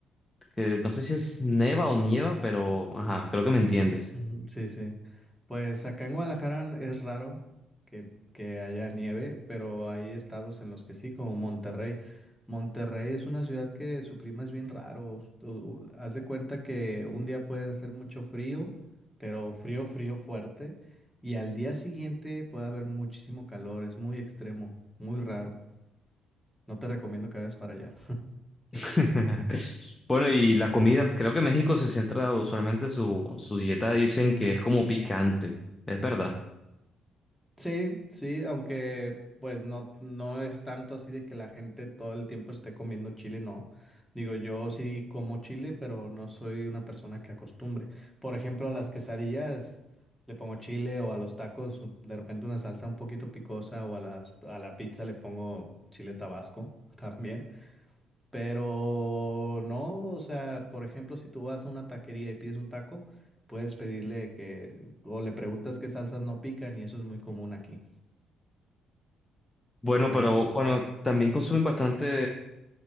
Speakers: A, on the left; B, in the centre.
A: que no sé si es neva o nieva, pero ajá, creo que me entiendes.
B: Ujú, Sí, sí. Pues acá en Guadalajara es raro que, que haya nieve, pero hay estados en los que sí, como Monterrey. Monterrey es una ciudad que su clima es bien raro. Tú haz de cuenta que un día puedes hacer mucho frío, pero frío, frío fuerte, y al día siguiente puede haber muchísimo calor. Es muy extremo, muy raro. No te recomiendo que vayas para allá.
A: <laughs> Bueno, y la comida, creo que México se centra usualmente su, su dieta, dicen que es como picante, es verdad.
B: Sí, sí, aunque pues no, no es tanto así de que la gente todo el tiempo esté comiendo chile, no. Digo, yo sí como chile, pero no soy una persona que acostumbre. Por ejemplo, a las quesadillas le pongo chile o a los tacos un- de repente una salsa un poquito picosa o a las, a la pizza le pongo chile tabasco <laughs> también. Pero no, o sea, por ejemplo, si tú vas a una taquería y pides un taco, puedes pedirle que o le preguntas qué salsas no pican y eso es muy común aquí.
A: Bueno,
B: Hay
A: pero
B: de todo.
A: bueno, también consumen bastante,